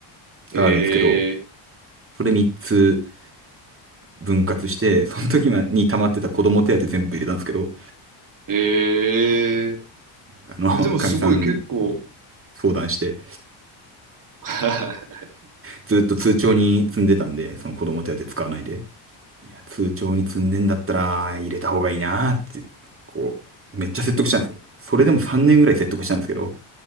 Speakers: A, on the right (about 40°); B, on the right (about 25°).
A: へえ、
B: があるんですけど、それ3つ分割して、その時に溜まってた子供手当全部入れたんですけど、
A: へえ、
B: あの、
A: えでもすごい結構
B: かみさんに相談して、
A: <laughs>
B: ずっと通帳に積んでたんで、その子供手当使わないで。いや、通帳に積んでんだったら、入れた方がいいなーって、こう、めっちゃ説得したんですよ。それでも3年ぐらい説得したんですけど、